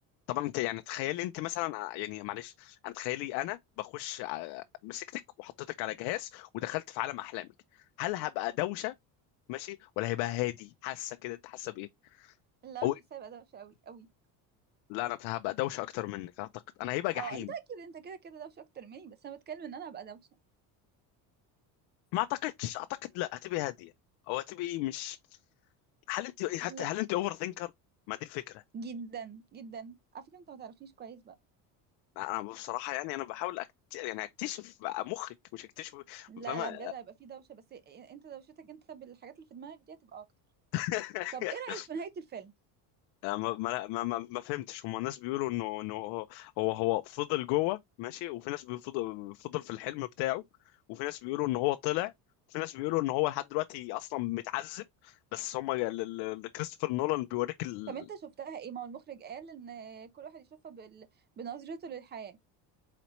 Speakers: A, on the left; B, on the right.
A: طبعا انت يعني تخيلي انت مثلا ع- يعني معلش انا تخيلي انا بخش ع- مسكتك وحطيتك على جهاز ودخلت في عالم احلامك هل هبقى دوشه ماشي ولا هيبقى هادي حاسه كده انت حاسه بايه
B: اللي انا
A: او
B: حاسه يبقى دوشه قوي قوي
A: لا انا هبقى دوشه اكتر منك اعتقد انا هيبقى جحيم
B: اه انت اكيد انت كده كده دوشه اكتر مني بس انا بتكلم ان انا ابقى دوشه
A: ما اعتقدش اعتقد لا هتبقى هاديه او هتبقى مش هل انت حتى
B: لا
A: هل انت اوفر ثينكر ما دي الفكره
B: جدا جدا على فكره انت ما تعرفنيش كويس بقى
A: انا بصراحه يعني انا بحاول أكت... يعني اكتشف مخك مش اكتشف
B: لا
A: فما
B: لا بجد هيبقى فيه دوشه بس انت دوشتك انت بالحاجات اللي في دماغك دي هتبقى اكتر
A: <laughs>
B: طب ايه رايك في نهايه الفيلم
A: ما ما ما, ما ما فهمتش هم الناس بيقولوا انه انه هو هو هو فضل جوه ماشي وفي ناس بيفضل فضل في الحلم بتاعه وفي ناس بيقولوا ان هو طلع وفي ناس بيقولوا ان هو لحد دلوقتي اصلا متعذب بس هم ال- ال- ال- كريستوفر نولان بيوريك ال...
B: طب انت شفتها ايه ما هو المخرج قال ان كل واحد يشوفها بال... بنظرته للحياة